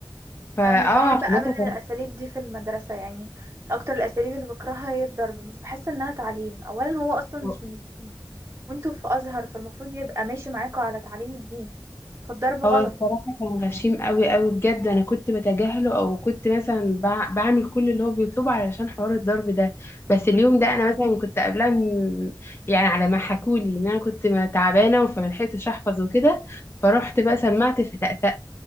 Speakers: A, on the left; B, on the right.
A: فاه
B: انا مش
A: عمل
B: بحب ابدا
A: لي
B: الاساليب دي في المدرسه يعني من اكتر الاساليب اللي بكرهها هي الضرب مش بحس انها تعليم اولا هو اصلا
A: جراحة
B: مش من الدين وانتوا في ازهر فالمفروض يبقى ماشي معاكوا على تعليم الدين فالضرب غلط
A: هو الصراحة كان غشيم قوي قوي بجد أنا كنت بتجاهله أو كنت مثلا بع- بعمل كل اللي هو بيطلبه علشان حوار الضرب ده بس اليوم
B: مم.
A: ده أنا مثلا كنت قبلها م- يعني على ما حكولي إن أنا كنت ما- تعبانة فما لحقتش أحفظ وكده فرحت بقى سمعت فتأتأ